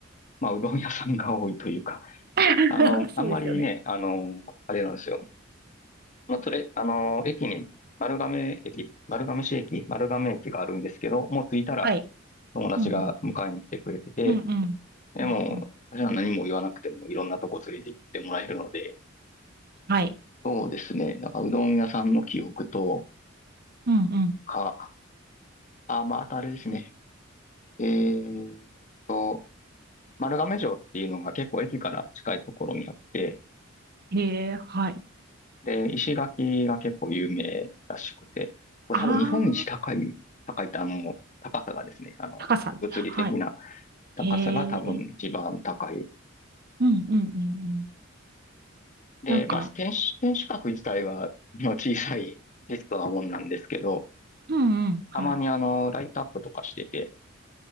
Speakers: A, on the left; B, on the right.
A: まあ、うどん屋さんが多いというか、
B: <laughs>
A: あの、
B: そうですよね。
A: あんまりね、あの、あれなんですよ。まあ、それ、あの、駅に、丸亀駅、丸亀市駅、丸亀駅があるんですけど、もう着いたら
B: はい。
A: 友達が迎えに来てくれてて、
B: うんうん。うんうん。
A: でも、
B: うんうん。
A: 私は何も言わなくてもいろんなとこ連れて行ってもらえるので、
B: はい。
A: そうですね。なんかうどん屋さんの記憶と
B: うんうん。
A: か、あ、まあ、あとあれですね。えーっと、丸亀城っていうのが結構駅から近いところにあって、
B: へえ、はい。
A: で、石垣が結構有名らしくて、これ多分日本一高い、
B: あー、
A: 高いってあの、高さがですね、あの、
B: 高さ。
A: 物理的な
B: はい。
A: 高さが多分一番高い。
B: へえ、うんうんうんうん。
A: で、
B: なんか、
A: まあ、天守、天守閣自体は、まあ、小さいテストなもんなんですけど、
B: うんうん。はい。
A: たまにあの、ライトアップとかしてて、